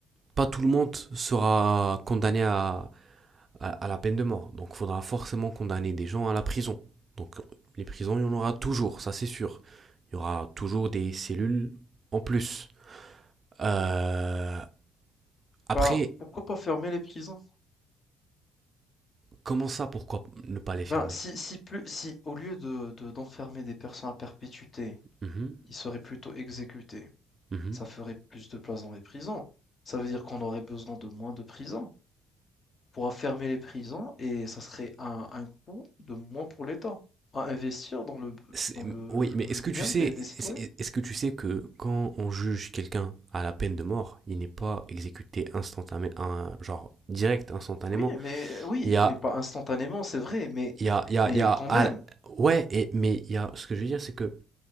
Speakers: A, on the right; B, on the left.
A: Pas tout le monde sera condamné à, à, à la peine de mort. Donc, il faudra forcément condamner des gens à la prison. Donc, les prisons, il y en aura toujours, ça c'est sûr. Il y aura toujours des cellules en plus. Euh, après,
B: Ben, pourquoi pas fermer les prisons?
A: comment ça, pourquoi ne pas les
B: Ben,
A: fermer
B: si si plus si au lieu de de d'enfermer des personnes à perpétuité,
A: Mhm,
B: ils seraient plutôt exécutés,
A: mhm.
B: ça ferait plus de place dans les prisons. Ça veut dire qu'on aurait besoin de moins de prisons. pour enfermer les prisons et ça serait un, un coût de moins pour l'État à investir dans le,
A: C'est-
B: dans le,
A: Oui,
B: le- le-
A: mais est-ce
B: le
A: que
B: bien
A: tu sais,
B: des, des citoyens.
A: est- est-ce que tu sais que quand on juge quelqu'un à la peine de mort, il n'est pas exécuté instantanément, genre direct, instantanément.
B: Oui, mais oui,
A: Il y a,
B: mais pas instantanément, c'est vrai, mais,
A: il y a, il y a,
B: mais
A: il y a,
B: quand
A: à-
B: même,
A: ouais, et, mais il y a, ce que je veux dire, c'est que